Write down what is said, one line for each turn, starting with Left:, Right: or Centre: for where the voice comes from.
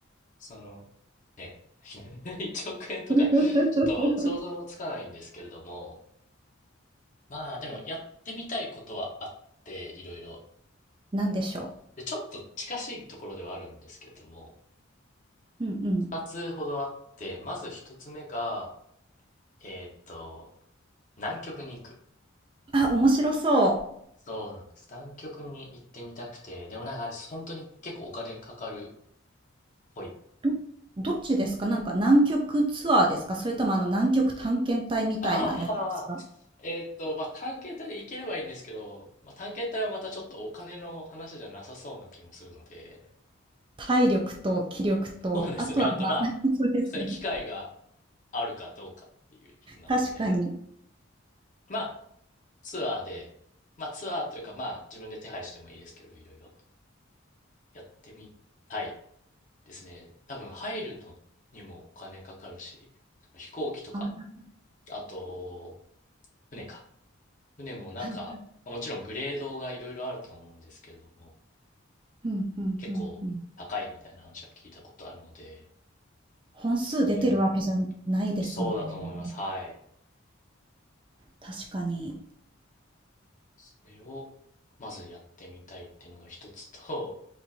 Left: その、ね、<laughs> 1億円とか、
Right: <laughs>
Left: ちょっと想像もつかないんですけれども、まあでもやってみたいことはあって、いろいろ。
Right: なんでしょ
Left: で、ちょっと近しいところではあるんですけれども、
Right: う。うんうん。
Left: 2つほどあって、まず1つ目が、えーっと、南極に行く。
Right: あ、面白そ
Left: そうなんです。南極に行ってみたくて、でもなんかあれ、本当に結構お金かかるっぽい。
Right: う。ど、どっちですかなんか南極ツアーですかそれともあの南極探検隊みたいなやつですか
Left: ああ、えーっと、まあ、探検隊で行ければいいんですけど、まあ、探検隊はまたちょっとお金の話じゃなさそうな気もするので、
Right: 体力と気力と、
Left: <laughs> そうですね。
Right: あとはまあ、
Left: あと、まあ、
Right: <laughs> そうですよね。
Left: 普通に機会があるかどうかっていうのなので、
Right: 確かに。
Left: まあ、ツアーで、まあ、ツアーというか、まあ、自分で手配してもいいですけど、いろいろやってみたいですね。多分、入るのにもお金かかるし、飛行機とか、
Right: あ、
Left: あと、船か。船もなんか、
Right: はい。
Left: まあもちろんグレードがいろいろあると思うんですけども、
Right: うんうんうんうん。
Left: 結構高いみたいな話は聞いたことあるので、
Right: 本数出てるわけじゃないですもんね。
Left: それをそうだと思います。はい。
Right: 確かに。
Left: それをまずやってみたいっていうのが一つと、